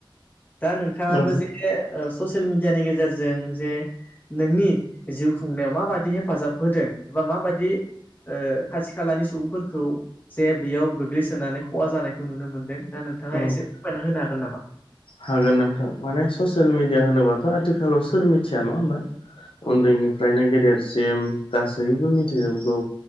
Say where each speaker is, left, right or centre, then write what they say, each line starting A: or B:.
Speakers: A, on the left; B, on the left.
A: दा नोंथाङाबो
B: औ
A: जे ओ ससियेल मिडियानि गेजेरजों जे नोंनि जिउ खुंनायाव माबादि हेफाजाब होदों एबा माबादि ओ खाथि खालानि सुबुंफोरखौ जे बेयाव गोग्लैसोनानै खहा जानायखौ नुनो मोनदों दा नोंथाङा
B: औ
A: एसे फोरमायना होनो हागोन नामा?
B: हागोन नोंथां, माने ससियेल मिडिया होनोबाथ' आथिखालाव सोर मिथिया नङा होनोमबा?
A: औ
B: उन्दैनिफ्रायनो
A: औ
B: गेदेरसिम गासैबो मिथिजोबगौ।